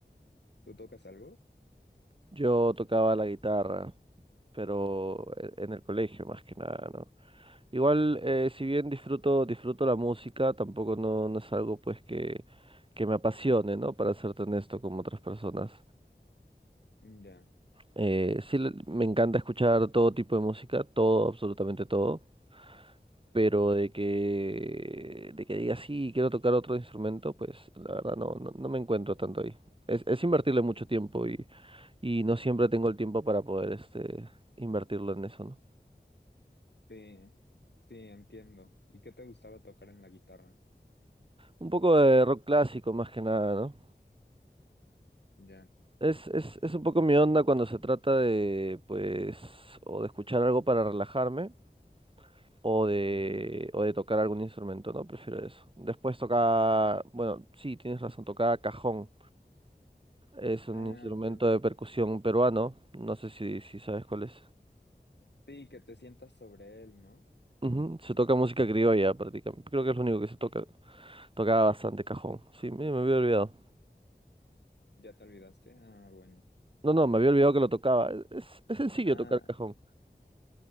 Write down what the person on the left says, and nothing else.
¿Tú tocas algo?
Ya,
sí, sí, entiendo. ¿Y qué te gustaba tocar en la guitarra?
Ya.
ujú.
Ah,
ok.
Sí, que te sientas sobre él, ¿no?
¿Ya te olvidaste? Ah, bueno.
Ah.